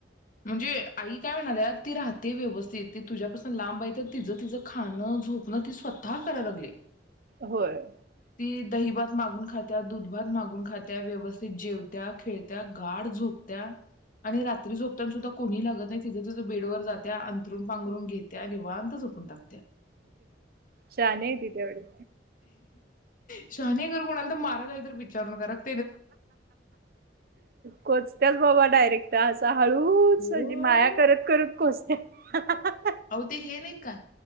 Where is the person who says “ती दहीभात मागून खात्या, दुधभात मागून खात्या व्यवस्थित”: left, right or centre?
Left